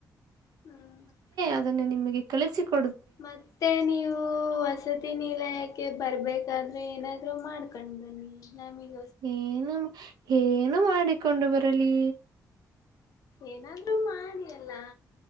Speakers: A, on the left; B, on the right.
A: ಹ್ಮ್
B: ಅದನ್ನ ನಿಮಗೆ ಕಳಿಸಿಕೊಡ
A: ಮತ್ತೆ ನೀವು ಹೊಸ ಸತಿ ನೀಲ ಯಾಕೆ ಬರ್ಬೇಕಾದ್ರೆ ಏನಾದ್ರರು ಮಾಡ್ಕೊಂಡು ಬನ್ನಿ ನಮಗ
B: ಏನು ಏನು ಮಾಡಿಕೊಂಡು ಬರಲಿ
A: ಏನಾದ್ರೂ ಮಾಡಿಯಲ್ಲ